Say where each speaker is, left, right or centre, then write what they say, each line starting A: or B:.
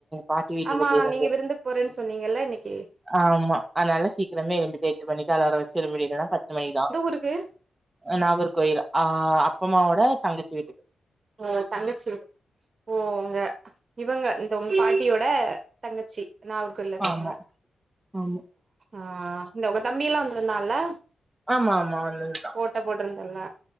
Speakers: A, on the right; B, on the right.
A: பாட்டி வீட்டுக்கு
B: ஆமா
A: போயிருந்து
B: நீங்க விருந்துக்கு போறன் சொன்னீங்கல்ல இன்னைக்கு
A: ஆமா அதனால சீக்கிரமே எழும்பிட்டு எட்டு மணிக்கு அலார வச்சு எழும்புற பத்து மணிகுதா
B: இருக்கு
A: நாகர்கோயில் அ அப்பம்மாவோட தங்கச்சி வீட்டுக்கு
B: ஆ தங்கச்சி வீடு ஓ உங்க இவங்க இந்த உங்க பாட்டியோட தங்கச்சி நாகர் கோயில்ல இருக்காங்க
A: ஆமா ஆமா
B: ஆ இந்த உங்க தம்பியெல்லா வந்திருந்தால்ல
A: ஆமா ஆமா வந்ததுதா
B: ஃபோட்டோ போட்ருந்தல்ல